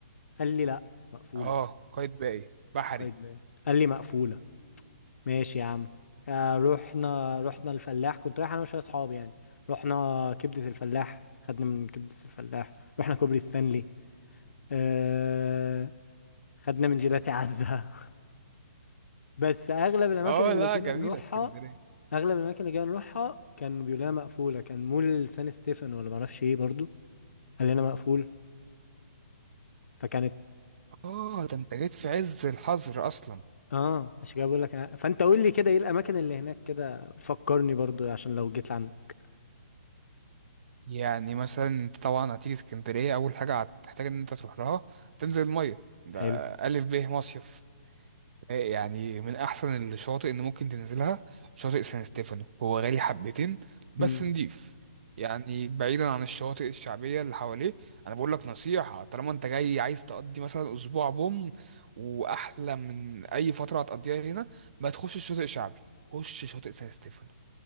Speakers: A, on the left; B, on the right.
A: قال لي لا مقفوله
B: اه قايد باقي بحري
A: قايتباي قال لي مقفوله ماشي يا عم آه رحنا رحنا الفلاح كنت رايح انا وشويه اصحابي يعني رحنا كبده الفلاح خدنا من كبده الفلاح رحنا كوبري ستانلي آه خدنا من جيلاتي عزة <laughs> بس اغلب الاماكن
B: اه
A: اللي
B: لا
A: جينا
B: جميله
A: نروحها
B: اسكندريه
A: اغلب الاماكن اللي جينا نروحها كان بيقول لنا مقفوله كان مول سان ستيفن ولا معرفش ايه برضو قال لنا مقفول فكانت
B: اه ده انت جيت في عز الحظر اصلا
A: اه عشان كده بقول لك أنا- فانت قول لي كده ايه الاماكن اللي هناك كده فكرني برضو عشان لو جيت لعندك
B: يعني مثلا انت طبعا هتيجي اسكندريه اول حاجه هتحتاج ان انت تروح لها تنزل الميه ده
A: حلو
B: الف ب مصيف يعني من احسن الشواطئ اللي ممكن تنزلها شاطئ سان ستيفانو هو غالي حبتين بس
A: مم.
B: نضيف يعني بعيدا عن الشواطئ الشعبيه اللي حواليه انا بقول لك نصيحه طالما انت جاي عايز تقضي مثلا اسبوع بوم واحلى من اي فتره هتقضيها هنا ما تخش الشاطئ الشعبي خش شاطئ سان ستيفانو